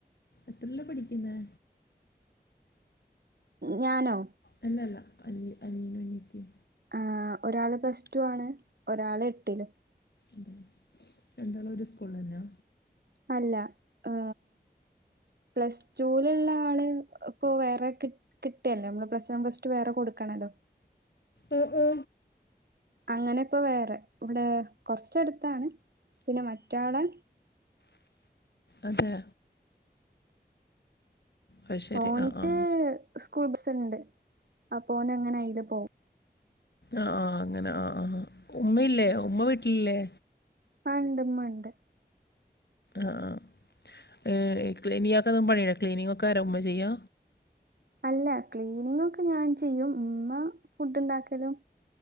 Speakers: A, on the left; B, on the right.
A: എത്രയിലാ പഠിക്കുന്നേ?
B: ഞാനോ?
A: അല്ല അല്ല അഞ്ഞ് അനിയനും അനിയത്തിയും
B: ആഹ് ഒരാള് പ്ലസ് ടു ആണ് ഒരാള് എട്ടിലും
A: അതെ രണ്ടാളും ഒരു സ്കൂൾ തന്നാ?
B: അല്ല ഏ പ്ലസ് ടു ലുള്ള ആള് ഇപ്പൊ വേറെ കി കിട്ടിയല്ലേ നമ്മള് പ്ലസ് വൺ പ്ലസ് റ്റൂ വേറെ കൊടുക്കണല്ലോ
A: ഓ ഓ
B: അങ്ങനെ ഇപ്പൊ വേറെ ഇവിടെ കുറച്ചടുത്താണ് പിന്നെ മറ്റയാളെ
A: അതെ അത് ശരി
B: പ്പോനിക്ക്
A: ആ ആ
B: സ്കൂൾ ബസ്സ്‌ണ്ട്. അപ്പോനങ്ങനെ അയില് പോവും
A: ആഹ് ആഹ് അങ്ങനെ ആഹ് ആഹ് ഉമ്മയില്ലേ ഉമ്മ വീട്ടിലില്ലേ?
B: പ്പാണ്ട് ഉമ്മണ്ട്.
A: ആഹ് <unintelligible> ആകുമ്പഴേ ക്ലീനിങ് ഒക്കെ ആരാ ഉമ്മയ ചെയ്യാ
B: അല്ല ക്ലീനിങ് ഒക്കെ ഞാൻ ചെയ്യും ഉമ്മ ഫുഡ് ഉണ്ടാക്കലും.